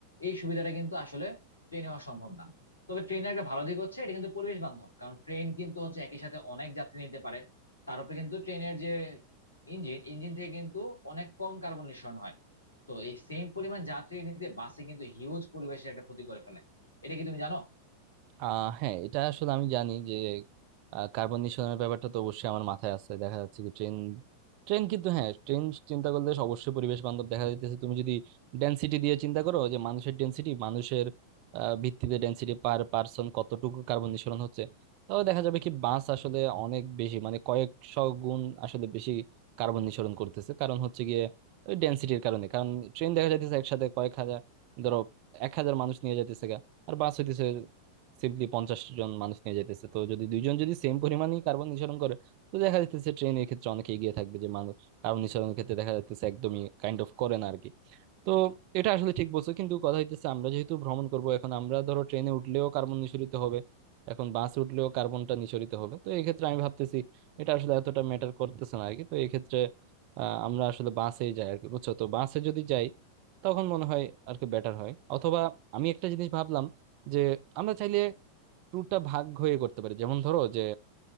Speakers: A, on the left; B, on the right.
A: এই সুবিধাটা কিন্তু আসলে ট্রেনে হওয়া সম্ভব না তবে ট্রেনের একটা ভালো দিক হচ্ছে এটা কিন্তু পরিবেশ বান্ধব কারণ ট্রেন কিন্তু হচ্ছে একই সাথে অনেক যাত্রী নিতে পারে তার উপরে কিন্তু ট্রেনের যে ইঞ্জিন ইঞ্জিন থেকে কিন্তু অনেক কম কার্বন নিঃসরণ হয় তো এই সেম পরিমাণ যাত্রী নিতে বাসে কিন্তু হিউজ পরিবেশের একটা ক্ষতি করে ফেলে এটা কি তুমি জানো
B: আহ হ্যাঁ এটা আসলে আমি জানি যে কার্বন নিঃসরণের ব্যাপারটা তো অবশ্যই আমার মাথায় আছে দেখা যাচ্ছে কি ট্রেন ট্রেন কিন্তু হ্যাঁ ট্রেন চিন্তা করলে অবশ্যই পরিবেশ বান্ধব দেখা যাইতেছে তুমি যদি ডেনসিটি দিয়ে চিন্তা করো যে মানুষের ডেনসিটি মানুষের আহ, ভিত্তিতে ডেনসিটি পার পার্সন কতটুকু কার্বন নিঃসরণ হচ্ছে তাহলে দেখা যাবে কি বাস আসলে অনেক বেশি মানে কয়েকশো গুণ আসলে বেশি কার্বন নিঃসরণ করতেছে কারণ হচ্ছে গিয়ে ওই ডেনসিটির কারণে কারণ ট্রেন দেখা যাইতেছে একসাথে কয়েক হাজার ধরো এক হাজার মানুষ নিয়ে যাইতেছে গা, আর বাস হইতেছে সিম্পলি পঞ্চাশ জন মানুষ নিয়ে যেতেছে তো যদি দুইজন যদি সেম পরিমাণই কার্বন নিঃসরণ করে তো দেখা যাচ্ছে ট্রেন এর ক্ষেত্রে অনেক এগিয়ে থাকবে যে মানুষ কার্বন নিঃসরণের ক্ষেত্রে দেখা যাচ্ছে একদমই কাইন্ড অফ করে না আর কি তো এটা আসলে ঠিক বলছো কিন্তু কথা হইতেছে আমরা যেহেতু ভ্রমণ করব এখন আমরা ধরো ট্রেনে উঠলেও কার্বন নিঃসরিত হবে এখন বাস উঠলেও কার্বনটা নিঃসরিত হবে তো এই ক্ষেত্রে আমি ভাবতেছি এটা আসলে এতটা ম্যাটার করতেছে না আর কি তো এই ক্ষেত্রে আহ, আমরা আসলে বাসেই যাই আর কি বুঝছো তো বাসে যদি যাই তখন মনে হয় আর কি বেটার হয় অথবা আমি একটা জিনিস ভাবলাম যে আমরা চাইলে ট্যুরটা ভাগ হয়ে করতে পারি যেমন ধরো যে